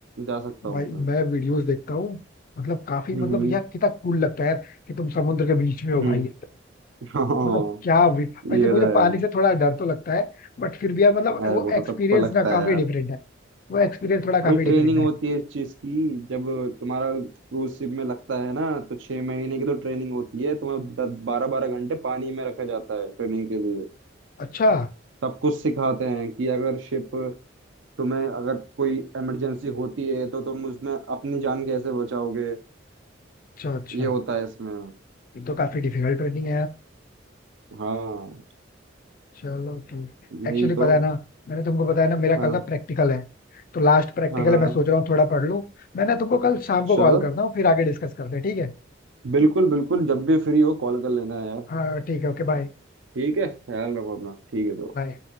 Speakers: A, on the right; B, on the left.
A: जा सकता हूँ
B: भाई
A: उसमें
B: मैं वीडियोस देखता हूँ मतलब काफी
A: हम्म
B: मतलब यार कितना कूल लगता है यार कि तुम समुद्र के बीच में हो
A: हम्म
B: भाई
A: <laughs> हाँ
B: मतलब क्या भी
A: ये
B: वैसे मुझे
A: तो है
B: पानी से थोड़ा डर तो लगता है बट फिर भी यार मतलब
A: अरे
B: वो
A: वो
B: एक्सपीरियंस
A: तो सबको लगता
B: ना काफी
A: है यार
B: डिफरेंट है वो एक्सपीरियंस थोड़ा काफी
A: भाई
B: डिफरेंट
A: ट्रेनिंग
B: है
A: होती है इस चीज की जब तुम्हारा क्रूज शिप में लगता है ना तो छह महीने की तो ट्रेनिंग होती है तुम्हें बारह बारह घंटे पानी में रखा जाता है ट्रेनिंग के लिए
B: अच्छा
A: सब कुछ सिखाते हैं कि अगर शिप तुम्हें अगर कोई इमरजेंसी होती है तो तुम उसमें अपनी जान कैसे बचाओगे
B: अच्छा अच्छा
A: ये होता है इसमें
B: ये तो काफी डिफिकल्ट ट्रेनिंग है यार
A: हाँ
B: चलो ठीक
A: यही
B: एक्चुअली
A: तो
B: पता है ना मैंने तुमको बताया ना मेरा
A: हाँ
B: कल ना प्रैक्टिकल है तो लास्ट प्रैक्टिकल
A: हाँ हाँ
B: है मैं सोच रहा हूँ थोड़ा पढ़ लूँ मैं ना तुमको कल शाम को
A: चलो
B: कॉल करता हूँ फिर आगे डिस्कस करते हैं ठीक है
A: बिल्कुल बिल्कुल जब भी फ्री हो कॉल कर लेना यार
B: हाँ ठीक है ओके बाय
A: ठीक है ख्याल रखो अपना ठीक है दोस्त
B: बाय